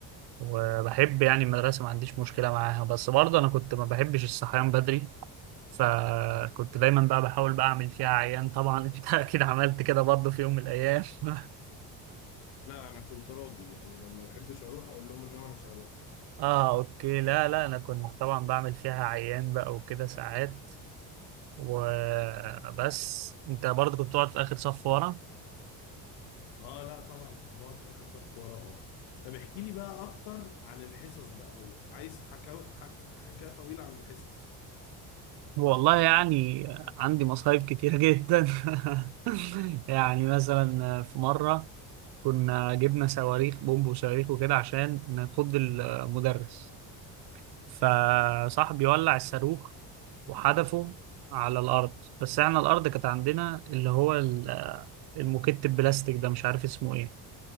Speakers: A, on the right; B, on the left.
A: وبحب يعني المدرسة ما عنديش مشكلة معاها بس برضه أنا كنت ما بحبش الصحيان بدري فكنت دايما بقى بحاول بقى أعمل فيها عيان طبعا <laughs> أنت أكيد عملت كده برضه في يوم من الأيام <laughs>
B: لا انا كنت راجل يعني لما ما بحبش اروح اقول لهم ان انا مش هروح
A: اه اوكي لا لا انا كنت طبعا بعمل فيها عيان بقى وكده ساعات وبس انت برضه كنت بتقعد في اخر صف ورا
B: اه لا طبعا كنت بقعد في اخر صف ورا اه طب احكي لي بقى اكتر عن الحصص بقى وعايز حكاوي حك... حكايه طويله عن الحصص
A: والله يعني عندي مصايب كتيرة جدا <laughs> يعني مثلا في مرة كنا جبنا صواريخ بومب وصواريخ وكده عشان نخض المدرس فصاحبي ولع الصاروخ وحدفه على الأرض بس احنا الأرض كانت عندنا اللي هو ال- الموكيت البلاستيك ده مش عارف اسمه ايه